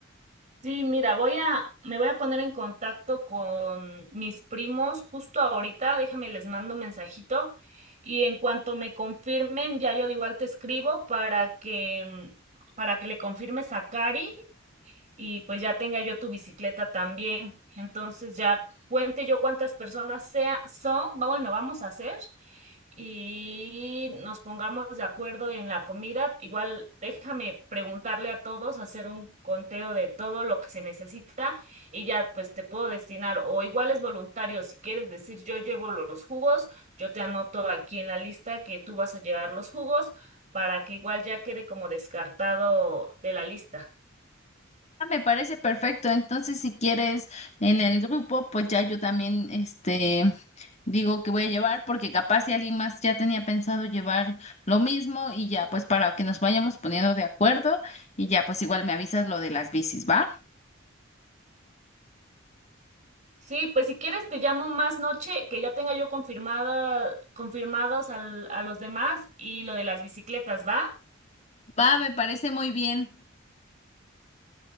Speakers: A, on the right (about 40°); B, on the left (about 35°).
A: Sí, mira, voy a, me voy a poner en contacto con mis primos justo ahorita, déjame les mando un mensajito y en cuanto me confirmen, ya yo igual te escribo para que, para que le confirmes a Cari y pues ya tenga yo tu bicicleta también. Entonces ya cuente yo cuántas personas sea, son, va- bueno, vamos a hacer y nos pongamos de acuerdo en la comida. Igual déjame preguntarle a todos, hacer un conteo de todo lo que se necesita y ya pues te puedo destinar o igual es voluntario, si quieres decir yo llevo los jugos, yo te anoto aquí en la lista que tú vas a llevar los jugos para que igual ya quede como descartado de la lista.
B: Ah, Me parece perfecto. Entonces, si quieres en el grupo, pues ya yo también, este, digo que voy a llevar, porque capaz si alguien más ya tenía pensado llevar lo mismo y ya, pues para que nos vayamos poniendo de acuerdo y ya, pues igual me avisas lo de las bicis, ¿va?
A: Sí, pues si quieres te llamo más noche, que ya tenga yo confirmada, confirmados al- a los demás y lo de las bicicletas, ¿va?
B: Va, me parece muy bien.